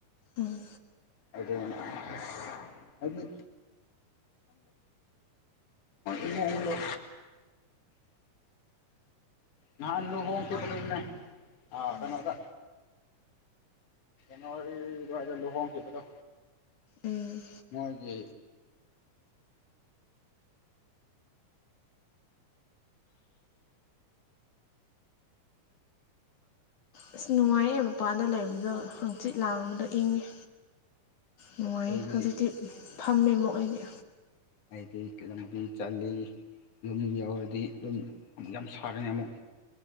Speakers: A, on the left (about 75°); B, on the left (about 55°).
A: ꯎꯝ
B: ꯑꯗꯨ ꯍꯥꯏ ꯑꯁꯀꯥꯟꯒꯗ ꯏꯃꯨꯡꯗ ꯅꯍꯥꯟ ꯂꯨꯍꯣꯡꯣꯡꯀꯤꯗꯣꯏꯅꯦ
A: ꯎꯝ
B: ꯀꯩꯅꯣꯗ ꯅꯋꯥꯔꯤ ꯍꯖꯔ ꯂꯨꯍꯣꯡꯣꯡꯀꯤꯕꯗ
A: ꯎꯝ
B: ꯅꯣꯏꯒꯤ
A: ꯑꯁ ꯅꯨꯡꯉꯥꯏ ꯃꯄꯥꯗ ꯂꯩꯕꯗꯣ ꯍꯪꯆꯤꯠ ꯂꯥꯡꯕꯗꯣ ꯏꯪꯉꯦ ꯅꯨꯡꯉꯥꯏ
B: ꯑꯩꯗꯤ
A: ꯍꯧꯖꯤꯤ ꯐꯝꯃꯦ ꯃ ꯑꯩꯒꯤ
B: ꯑꯩꯗꯤ ꯂꯝꯕꯤ ꯆ ꯌꯨꯝ ꯌꯧꯔꯗꯤ ꯑꯗꯨꯝ ꯌꯥꯝ ꯁꯥꯔꯅꯤ ꯑꯃꯨꯛ